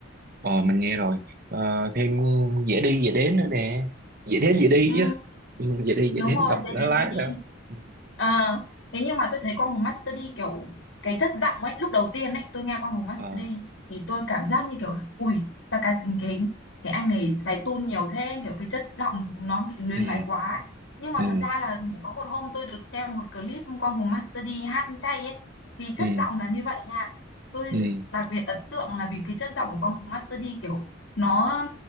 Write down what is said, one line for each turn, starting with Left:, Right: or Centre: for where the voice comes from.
Right: Ờ, mình nghe rồi Ờ, thêm dễ đi dễ đến nữa nè dễ đến dễ đi
Left: Ừ,
Right: chứ ừ, dễ đi dễ
Left: đúng
Right: đến
Left: rồi,
Right: đọc
Left: dễ
Right: nó
Left: đến
Right: lái
Left: dễ đi.
Right: thôi ừ.
Left: À, thế nhưng mà tôi thấy Quang Hùng Master D kiểu cái chất giọng ấy, lúc đầu tiên ấy, tôi nghe Quang Hùng Master
Right: Ờ,
Left: D thì tôi cảm giác như kiểu là, ui, sao cái cái cái anh này xài tune nhiều thế, kiểu cái chất giọng nó bị luyến
Right: ừ,
Left: láy quá ấy. Nhưng mà
Right: ừ,
Left: thật ra là có một hôm tôi được xem một clip Quang Hùng Master D hát chay ấy thì chất
Right: ừ,
Left: giọng là như vậy nha. Tôi
Right: ừ,
Left: đặc biệt ấn tượng là vì cái chất giọng của Quang Hùng Master D kiểu nó